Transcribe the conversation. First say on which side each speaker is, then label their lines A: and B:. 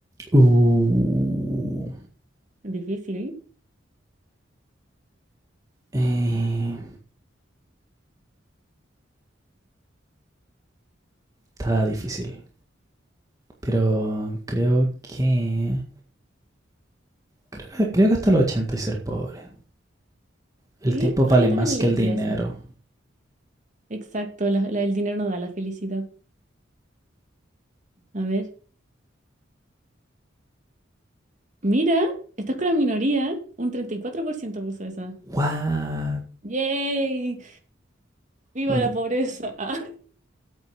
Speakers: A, on the right; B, on the right.
A: Uh,
B: Difícil.
A: eh, está difícil. Pero creo que, creo que. Creo que hasta los 80 y ser pobre. El
B: ¿Sí?
A: tiempo vale
B: Ah, yo
A: más
B: también elegiría
A: que el dinero.
B: eso. Exacto, la- la- el dinero no da la felicidad. A ver. Mira, estás con la minoría. Un 34% puso esa.
A: What?
B: ¡Yay! ¡Viva
A: Bueno,
B: la pobreza! <laughs> Ah,